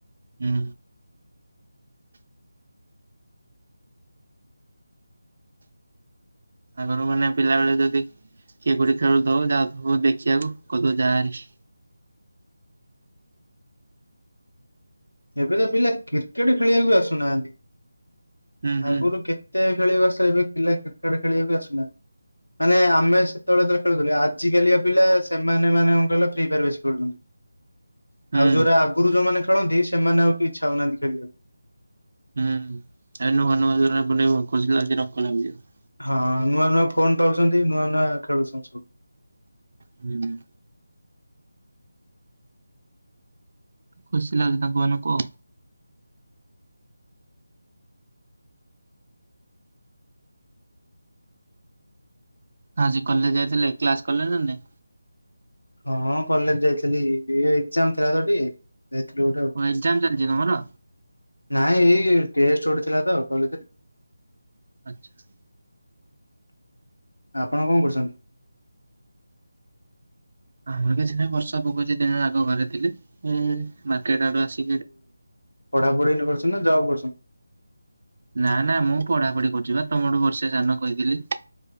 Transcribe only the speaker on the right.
ହୁଁ। ତାଙ୍କର ମାନେ ପିଲାବେଳେ ଯଦି କିଏ କଉଠି ଖେଳୁଥିବ, ଯାଉଥିବ, ଦେଖିବାକୁ କତୁ ଯାହାରି।
ହୁଁ ହୁଁ
ହୁଁ
ହୁଁ, ଏ ନୁହଁ ନୁହ ଯୋଉରା ଏପଟେ। <unintelligible>
ହୁଁ। ଖୁସି ଲାଗୁଛି ତାଙ୍କ ମାନଙ୍କୁ। ଆଜି କଲେଜ୍ ଯାଇଥିଲେ, କ୍ଲାସ୍ କଲେ ନା ନାହିଁ?
କଣ ଏକ୍ଜାମ ଚାଲିଛି ତମର?
ଆଚ୍ଛା।
ଆମର କିଛି ନାହିଁ ବର୍ଷା ପକାଉଛି ଦିନରେ ଆଗ ଘରେ ଥିଲି ଉଁ ମାର୍କେଟ୍ ଆଡୁ ଆସିକି ଏଠି
ନା ନା ମୁଁ ପଢାପଢି କରୁଛି ପା, ତମଠୁ ବର୍ଷେ ସାନ କହିଥିଲି।